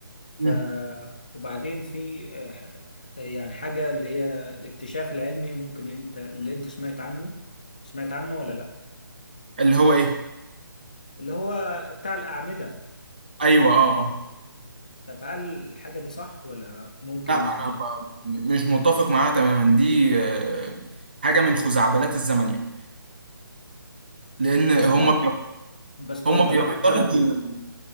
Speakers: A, on the left; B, on the right.
A: ف
B: مم.
A: وبعدين في آه، ح- يعني حاجة اللي هي الاكتشاف العلمي ممكن انت اللي انت سمعت عنه سمعت عنه ولا لا
B: اللي هو ايه
A: اللي هو بتاع الأعمدة
B: ايوه اه اه
A: طب هل الحاجة دي صح ولا ممكن
B: انا ب- مش متفق معاها تماما دي آه، حاجة من خزعبلات الزمن يعني لان هم
A: بس برضه
B: بي-
A: بس برضه
B: هم بيفترضوا
A: الأهرامات دي